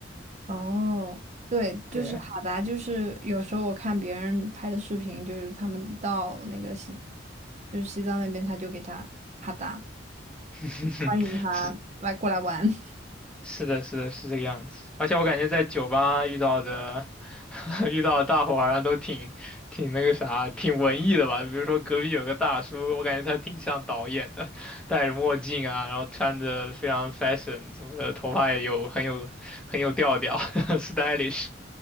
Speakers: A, on the right (about 40°); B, in the centre.
A: 哦，对，
B: 对，
A: 就是哈达，就是有时候我看别人拍的视频，就是他们一到那个西，就是西藏那边，他就给他哈达，
B: <laughs>
A: 欢迎他来过来玩。
B: 是
A: <laughs>
B: 是的，是的，是这个样子。而且我感觉在酒吧遇到的，<laughs> 遇到的大伙好像都挺挺那个啥，挺文艺的吧。比如说隔壁有个大叔，我感觉他挺像导演的，戴着墨镜啊，然后穿着非常 fashion 什么的，头发也有很有很有调调 <laughs>，stylish。